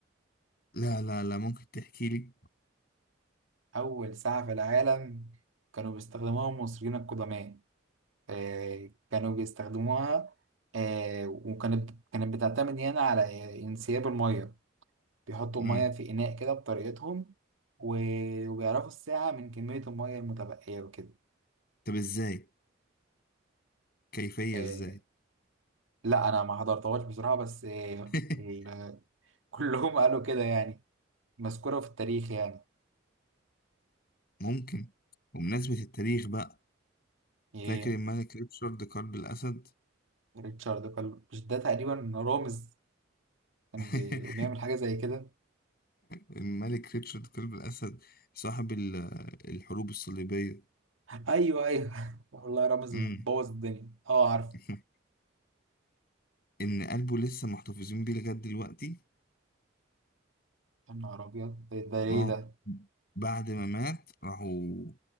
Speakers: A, on the left; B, on the right.
A: لا لا لا ممكن تحكي لي
B: اول ساعة في العالم كانوا بيستخدموها المصريين القدماء آه كانوا بيستخدموها آه وكانت كانت بتعتمد هنا على آه، انسياب المية بيحطوا
A: مم.
B: المية في إناء كده بطريقتهم و- وبيعرفوا الساعة من كمية المية المتبقية وكده
A: طب ازاي كيفية
B: آه،
A: ازاي
B: لا انا ما حضرتهاش بصراحه بس إيه،
A: <laughs>
B: ال- <laughs> كلهم قالوا كده يعني مذكوره في التاريخ يعني
A: ممكن وبمناسبة التاريخ بقى
B: ايه
A: فاكر الملك ريتشارد قلب الأسد
B: ريتشارد قال مش ده تقريبا رامز كان
A: <laughs>
B: بي- بيعمل حاجه زي كده
A: الملك ريتشارد قلب الأسد صاحب ال- آه، الحروب الصليبية
B: ايوه ايوه <laughs> والله رامز
A: مم.
B: بوظ الدنيا اه عارف
A: <laughs> إن قلبه لسه محتفظين بيه لغاية دلوقتي
B: يا نهار ابيض ده ده ايه
A: اه
B: ده
A: بعد ما مات راحوا